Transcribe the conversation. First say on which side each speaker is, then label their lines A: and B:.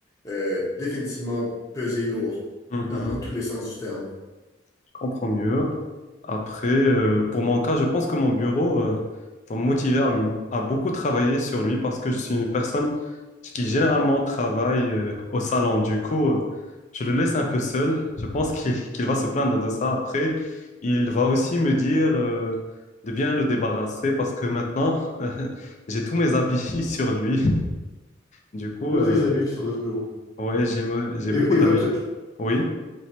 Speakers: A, on the left (about 15°); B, on the left (about 40°).
A: euh, définitivement peser lourd
B: mhm,
A: dans tous les sens du terme.
B: je comprends mieux. Après, euh, pour mon cas, je pense que mon bureau euh, va me motiver à, m- à beaucoup travailler sur lui parce que je suis une personne qui généralement travaille euh, au salon. Du coup, euh, je le laisse un peu seul. Je pense qu'il qu'il va se plaindre de ça. Après, il va aussi me dire euh, de bien le débarrasser parce que maintenant, <laughs> euh, j'ai tous mes habits <laughs> sur lui. Du coup,
A: Tous
B: euh,
A: tes habits sur votre bureau.
B: ouais, j'ai me- j'ai
A: Et,
B: beaucoup
A: et
B: d'habits.
A: votre,
B: Oui.